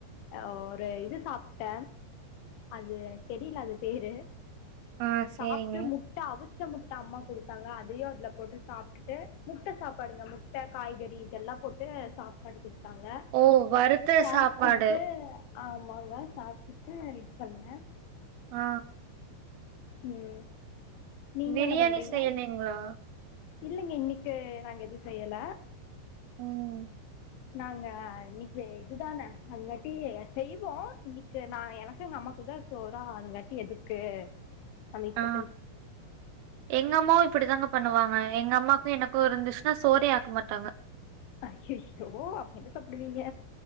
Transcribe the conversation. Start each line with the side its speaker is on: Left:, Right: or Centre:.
Left: அ ஒரு இது சாப்ட்ட அது தெரில அது பேரு
Right: ஆ சேரிங்க
Left: சாப்ட்டு மு முட்ட அவிச்ச முட்ட அம்மா குடுத்தாங்க அதையு அதுல போட்டு சாப்பிட்டுட்டு முட்ட சாப்பாடுங்க முட் முட்ட காய்கறி இதெல்லா போட்டு சாப் படுத்துருக்காங்க
Right: ஓ வறுத்த
Left: சாப்ட்டுட்டு
Right: சாப்பாடு
Left: ஆமாங்க சாப்ட்டுட்டு இது பண்ண
Right: ஆ
Left: ம் நீங்க
Right: பிரியாணி
Left: என்ன பண்றீங்க
Right: செய்யலீங்களா
Left: இல்லைங்க இன்னிக்கு நாங்க எது செய்யல
Right: ம்.
Left: நாங்க இன்னிக்கு இதுதான அது வாட்டி செய்வோ இன்னிக்கு நான் எனக்கோ எங்க அம்மாக்கு தா தோறா அதுங்காட்டி எதுக்கு நம்ம இப்ப
Right: ஆ
Left: செஞ்சு
Right: எங்கம்மாவும் இப்டிதாங்கப் பண்ணுவாங்க எங்க அம்மாக்கும் எனக்கும் இருந்துச்ன்னா சோறே ஆக்க மாட்டாங்க
Left: ஐய்யயோ அப்ப என்ன சாப்பிடுவீங்க